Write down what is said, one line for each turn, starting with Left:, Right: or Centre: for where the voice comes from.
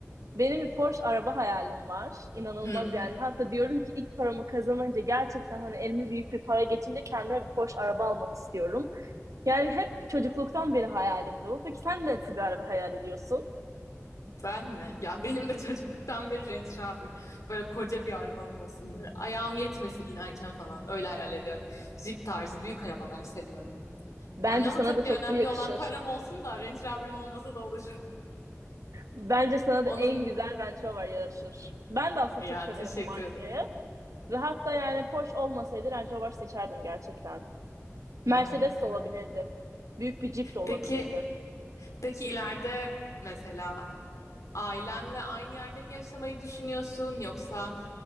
Right: Benim bir Porsche araba hayalim var. İnanılmaz
Left: Hmm.
Right: yani. Hatta diyorum ki ilk paramı kazanınca gerçekten hani elime büyük bir para geçince kendime bir Porsche araba almak istiyorum. Yani hep çocukluktan beri hayalimdi bu. Peki sen nasıl bir araba hayal ediyorsun?
Left: Ben mi? Ya benim de çocukluktan beri Range Rover. Böyle koca bir arabam olsun böyle. Ayağım yetmesin inerken falan. Öyle hayal ediyorum. Jeep tarzı büyük arabalar seviyorum.
Right: Bence
Left: Yani ama
Right: sana
Left: tabii
Right: da çok
Left: önemli
Right: bu yakışır.
Left: olan param olsun da Range Rover'ım olmasa da olur.
Right: Bence sana
Left: <laughs>
Right: da en
Left: Onun
Right: güzel Range Rover yaraşır. Ben de aslında
Left: ya
Right: çok severim
Left: teşekkür
Right: bu markayı.
Left: ederim.
Right: Ve hatta yani Porsche olmasaydı Range Rover seçerdim gerçekten.
Left: Hmm.
Right: Mercedes de olabilirdi. Büyük bir Jeep de olabilirdi.
Left: Peki peki ileride mesela ailenle aynı yerde mi yaşamayı düşünüyorsun yoksa